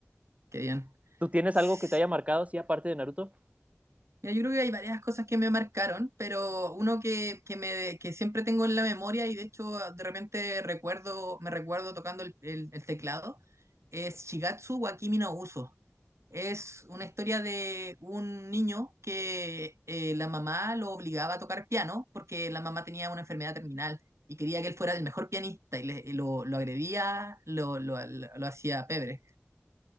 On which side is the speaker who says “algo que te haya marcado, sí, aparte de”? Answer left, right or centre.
Right